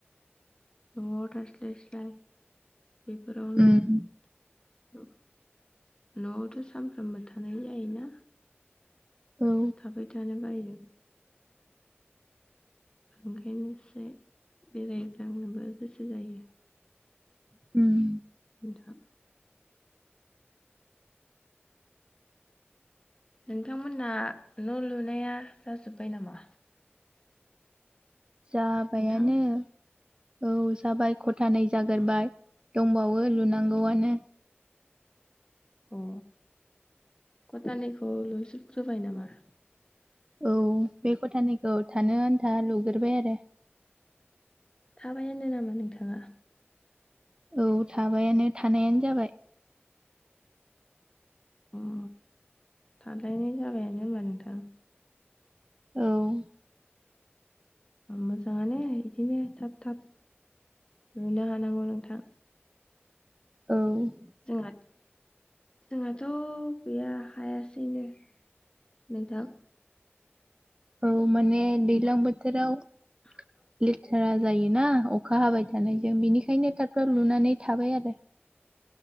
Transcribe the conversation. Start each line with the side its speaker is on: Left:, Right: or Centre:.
Left: न'आव थास्लायस्लाय बेफोरावनो
Right: उम
Left: न'आवथ' सानफ्रोमबो थानाय जायोना
Right: औ
Left: थाबाय थानो बायो ओंखायनो एसे बेरायग्लांनोबो गोसो जायो।
Right: उम
Left: नोंथां नोंथांमोनना न' लुनाया जाजोब्बाय नामा?
Right: जाबायानो
Left: नोंथां
Right: औ जाबाय खथानै जागोरबाय। दंबावो लुनांगौआनो
Left: अ कटानैखौ लुस्रुदग्रोबाय नामा?
Right: औ बे खथानैखौ थानो आन्था लुग्रोबाय आरो
Left: थाबायानो नामा नोंथाङा
Right: औ थाबायानो थानायानो जाबाय।
Left: उम थाजानाय जाबायानो होनबा नोंथां
Right: औ।
Left: मोजाङानो इदिनो थाब थाब नुनो हानांगौ नोंथां।
Right: औ।
Left: जोंङाद जोंहाथ' गैया हायासैनो नै दा
Right: औ माने दैलां
Left: दा
Right: बोथोराव
Left: <inaudible>
Right: लेथ्रा जायोना अखा हाबाय थानायजों बिनिखायनो थाब थाब लुनानै थाबाय आरो